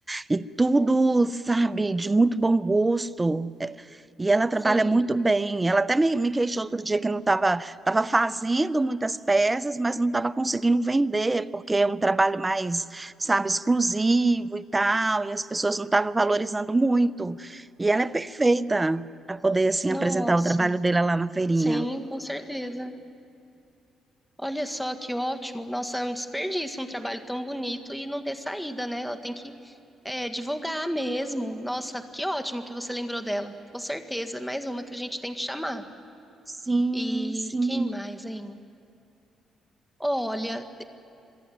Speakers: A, on the right (about 15°); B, in the centre.
A: e tudo, sabe, de muito bom gosto. É, E ela trabalha
B: Sim.
A: muito bem. Ela até me, me queixou outro dia que não estava estava fazendo muitas peças, mas não estava conseguindo vender, porque é um trabalho mais, sabe, exclusivo e tal, e as pessoas não estavam valorizando muito. E ela é perfeita para poder, assim,
B: Nossa,
A: apresentar o trabalho dela lá na feirinha.
B: sim, com certeza. Olha só que ótimo. Nossa, é um desperdício, um trabalho tão bonito e não ter saída, né? Ela tem que é, divulgar mesmo. Nossa, que ótimo que você lembrou dela. Com certeza, é mais uma que a gente tem que chamar.
A: Sim,
B: E
A: sim.
B: quem mais, hein? Olha,